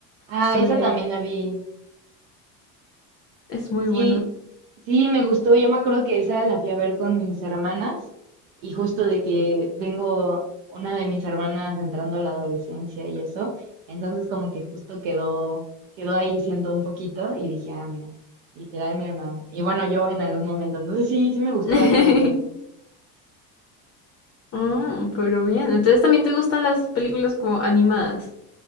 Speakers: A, on the right; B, on the left.
A: Ah,
B: estuve
A: esa
B: ahí.
A: también la vi.
B: Es muy
A: Sí,
B: buena.
A: sí, me gustó. Yo me acuerdo que esa la fui a ver con mis hermanas y justo de que tengo una de mis hermanas entrando a la adolescencia y eso, entonces como que justo quedó, quedó ahí siendo un poquito y dije, ah, mira, literal mi hermana. Y bueno, yo en algún momento, entonces sí, sí me gustó
B: <laughs>
A: bastante.
B: Ah, pero bien. Entonces también te gustan las películas como animadas.